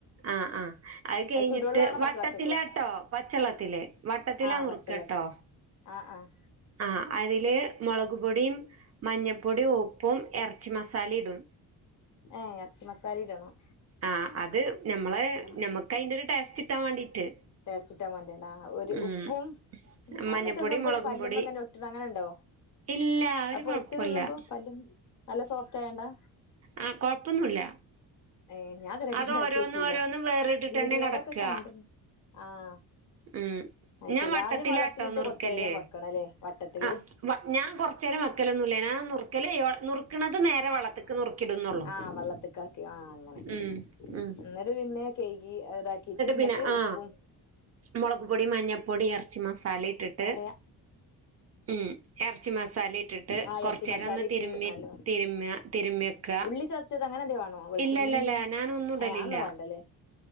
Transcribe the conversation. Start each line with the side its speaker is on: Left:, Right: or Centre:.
Right: ആഹ് ആഹ്. അത് കയിഞ്ഞിട്ട്,
Left: ചുടുവെള്ളാണോ
Right: വട്ടത്തിലാട്ടോ,
Left: പച്ചള്ളത്തിക്കോ
Right: പച്ചള്ളത്തില്. വട്ടത്തിലാ
Left: ആഹ്
Right: നുറുക്കാട്ടോ.
Left: പച്ചള്ളത്തില് ആഹ് ആഹ്.
Right: ആഹ് അതില് മൊളക് പൊടിയും മഞ്ഞപ്പൊടിയും ഉപ്പും എറച്ചി മസാലയും ഇടും.
Left: ഏഹ് എറച്ചി മസാല ഇടണം.
Right: ആഹ് അത് ഞമ്മളെ
Left: എല്ലാം
Right: ഞമ്മക്കയ്ന്റെ ഒരു ടേസ്റ്റിട്ടാൻ വേണ്ടീട്ട്.
Left: ടേസ്റ്റിട്ടാൻ വേണ്ടിയാണാ ആഹ്. ഒരു
Right: ഉം
Left: ഉപ്പും, അതിങ്ങന
Right: മഞ്ഞപ്പൊടി
Left: തിന്നുമ്പൊ
Right: മുളകും
Left: ഒരു പല്ല്മ്മ
Right: പൊടി
Left: ഇങ്ങനെ ഒട്ട് ട്ട്ണ അങ്ങനെണ്ടോ?
Right: ഇല്ല ഒരു
Left: അത് പൊരിച്ച്
Right: കൊഴപ്പല്ല
Left: തിന്നുമ്പോ പല്ലും, നല്ല സോഫ്റ്റ് ആയോണ്ടാ?
Right: ആഹ് കൊഴപ്പൊന്നുല്ല.
Left: ഏഹ് ഞാൻ ഇതുവരെയായിട്ട്
Right: അതോരോന്നു
Left: ഇണ്ടാക്കി നോക്കിയില്ല
Right: ഓരോന്നു വേറിട്ടിട്ടന്നെ
Left: വീഡിയോലൊക്കെ
Right: കെടക്കാ.
Left: കണ്ട് ആഹ്.
Right: ഉം.
Left: അത്
Right: ഞാൻ
Left: ശെരി
Right: വട്ടത്തിലാട്ടോ
Left: ആദ്യം വള്ളത്തിലിട്ട്
Right: നുറുക്കല്.
Left: കൊറച്ചു നേരം വെക്കണല്ലേ വട്ടത്തില്
Right: അഹ് ഞാൻ കൊറച്ച് നേരം വെക്കലൊന്നുല്ല. ഞാൻ നുറുക്കല് നുറുക്കണത് നേരെ വെള്ളത്തിക് ക്ക് നുറുക്കിടുന്നുള്ളു.
Left: ആഹ് വെള്ളത്തിക്കാക്കി ആഹ് അങ്ങനെ
Right: ഉം ഉം.
Left: എന്നിട്ട് പിന്നെ കൈകി ഇതാക്കിട്ട് എന്നിട്ട്
Right: പിന്നെ ആ
Left: ഉപ്പും
Right: മൊളക് പൊടി മഞ്ഞപ്പൊടി എറച്ചി മസാല ഇട്ടിട്ട്
Left: പറയാ
Right: ഉം ഇറച്ചി മസാല ഇട്ടിട്ട്
Left: ആഹ്
Right: കൊറച്ച്
Left: ഇറച്ചി
Right: നേരം
Left: മസാല
Right: ഒന്ന്
Left: ഇട്ട്
Right: തിരുമ്മി
Left: നല്ല
Right: തിരുമ്മ തിരുമ്മിയെക്ക
Left: ഉള്ളി ചച്ചത് അങ്ങനെ എന്തേ വേണോ വെളുത്തുള്ളി
Right: ഇല്ലല്ലല്ല
Left: എന്തേ
Right: ഞാനൊന്നും ഇടലില്ല
Left: ഏ അന്നോ വേണ്ടല്ലേ